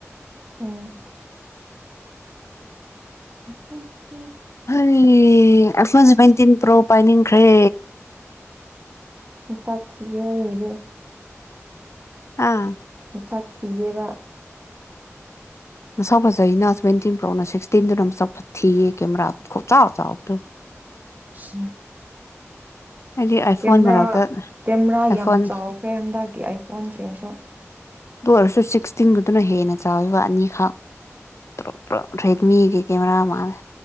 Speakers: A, on the right; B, on the left.
A: ꯎꯝ ꯎ
B: ꯍꯔꯤ ꯑꯐꯣꯟꯁ ꯇꯤꯟ ꯄ꯭ꯔꯣ ꯄꯅꯤꯡ ꯈ꯭ꯔꯦ
A: ꯩꯁꯥꯈꯤꯤꯒꯤ ꯑꯣꯏꯒ
B: ꯑꯥ
A: ꯊꯠ ꯊꯦꯕ
B: ꯁꯐ ꯁꯩꯅ ꯁꯚꯦꯟꯇꯤꯟ ꯄ꯭ꯔꯣꯅ ꯁꯤꯛꯁꯇꯤꯟꯗꯨꯅ ꯑꯃꯨ ꯁꯐ ꯊꯤꯌꯦ ꯀꯦꯃꯦꯔꯥ ꯈꯣ ꯆꯥ ꯆꯕꯗ
A: ꯎꯝ
B: ꯑꯩꯗꯤ ꯑꯥꯏꯐꯣꯟ
A: ꯀꯦꯃꯦꯔꯥ
B: ꯃꯔꯛꯇ
A: ꯀꯦꯃꯦꯔꯥ
B: ꯑꯥꯏꯐꯣꯟ
A: ꯌꯥꯝ ꯆꯥꯎꯈ꯭ꯔꯦ ꯍꯟꯗꯛꯀꯤ ꯑꯥꯏꯐꯣꯟꯁꯤꯡꯁꯨ
B: ꯑꯗꯨ ꯑꯣꯏꯔꯁꯨ ꯁꯤꯛꯁꯇꯤꯟꯗꯨꯗꯨꯅ ꯍꯦꯟꯅ ꯆꯥꯎꯋꯤꯕ ꯑꯅꯤꯈ ꯇ ꯇ ꯔꯦꯗꯃꯤꯒꯤ ꯀꯦꯃꯦꯔꯥ ꯃꯥꯜꯂꯦ